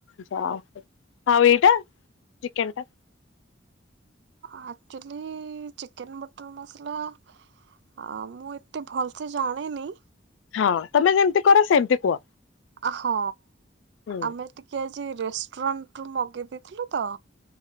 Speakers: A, on the left; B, on the right.
A: ଯା ହଉ ଆଉ ଏଇଟା ଚିକେନ ଟା?
B: ଆକ୍ଚୁଲି ଚିକେନ ବଟର୍ ମସଲା ଆ ମୁଁ ଏତେ ଭଲସେ ଜାଣିନି।
A: ହଁ ତମେ ଯେମିତି କର ସେମିତି କୁହ?
B: ଆଁ ହଁ
A: ହୁଁ
B: ଆମେ ଟିକେ ଆଜି ରେଷ୍ଟୁରାଣ୍ଟରୁୁ ମଗେଇ ଦେଇଥିଲୁ ତ।